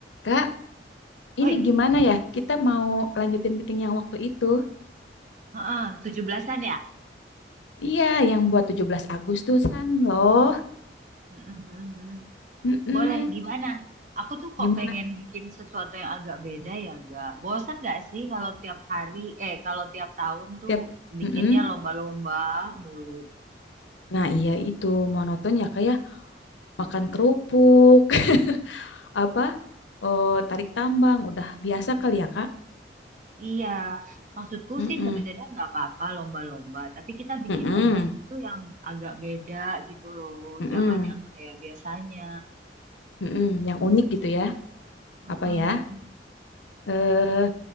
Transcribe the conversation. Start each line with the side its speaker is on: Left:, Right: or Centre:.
Left: Kak,
Right: Oi,
Left: ini gimana ya? Kita mau lanjutin meeting yang waktu itu.
Right: heeh, 17-an ya?
Left: Iya, yang buat 17 Agustusan loh.
Right: Mm-mm, mm-mm.
Left: Mm-mm.
Right: Boleh, gimana? Aku tuh kok
Left: Gimana?
Right: pengen bikin sesuatu yang agak beda ya, gak? Bosan gak sih kalau tiap hari, eh kalau tiap tahun tuh
Left: Tiap
Right: bikinnya
Left: Mm-mm.
Right: lomba-lomba mulu?
Left: Nah, iya itu monoton ya kayak makan kerupuk, <laughs> apa? Oh, tarik tambang udah biasa kali ya, Kak?
Right: Iya, maksudku
Left: Mm-mm.
Right: sih sebenarnya nggak apa-apa lomba-lomba, tapi kita bikin
Left: Mm-mm.
Right: lombanya tuh yang agak beda gitu loh,
Left: Mm-mm.
Right: jangan yang kayak biasanya.
Left: Mm-mm. Yang unik gitu ya.
Right: Mm-mm.
Left: Apa ya? Eh,